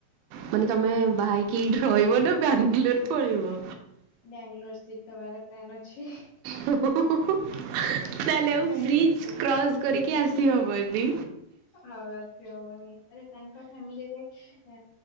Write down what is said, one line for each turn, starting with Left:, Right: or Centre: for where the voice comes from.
Right: ମାନେ ତମେ ବାହେଇକି ଏଇଠି ରହିବ ନା ବାଙ୍ଗାଲୋର ପଳେଇବ?
Left: ବାଙ୍ଗଲୋର ସିପ୍ଟ ହବାର ପ୍ଲାନ୍ ଅଛି।
Right: ତାହେଲେ ଆଉ
Left: କାହିଁକି
Right: ବ୍ରିଜ କ୍ରସ କରିକି ଆସିହବନି।
Left: ଆଉ ଆସି ହବନି ଆରେ ତାଙ୍କ ଫାମିଲିରେ ଆ